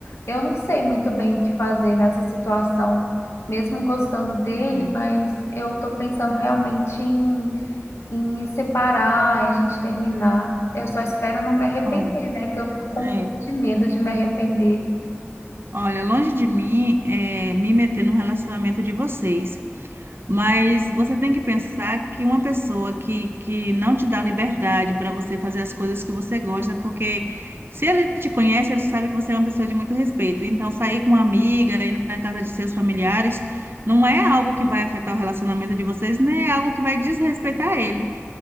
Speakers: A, on the left (about 70°); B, on the right (about 55°).
A: eu não sei muito bem o que fazer nessa situação, mesmo gostando dele,
B: Olha,
A: mas eu tô pensando realmente em, em me separar, em a gente terminar. Eu só espero não me arrepender,
B: olha.
A: né? Que eu fico com um
B: É.
A: pouco de medo de me arrepender.
B: Olha, longe de mim é me meter num relacionamento de vocês, mas você tem que pensar que uma pessoa que, que não te dá liberdade para você fazer as coisas que você gosta, porque se ele te conhece, ele sabe que você é uma pessoa de muito respeito. Então, sair com uma amiga, ir na casa de seus familiares, não é algo que vai afetar o relacionamento de vocês, nem é algo que vai desrespeitar ele.